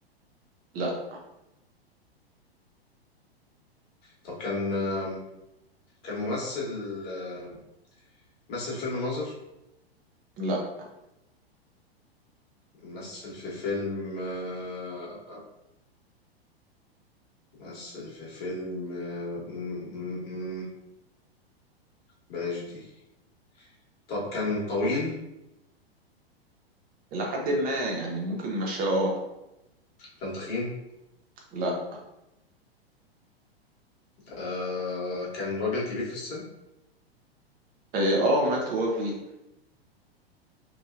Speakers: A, on the right; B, on the left.
A: لا
B: طب كان آه، كان ممثل آه، مثل فيلم الناظر
A: لا
B: مثل في فيلم آه، مثل في فيلم آه، م- م- م- بلاش دي طب كان طويل
A: الى حد ما يعني ممكن ماشي اه
B: كان تخين
A: لا
B: آه، كان راجل كبير في السن
A: إيه اه مات وجدي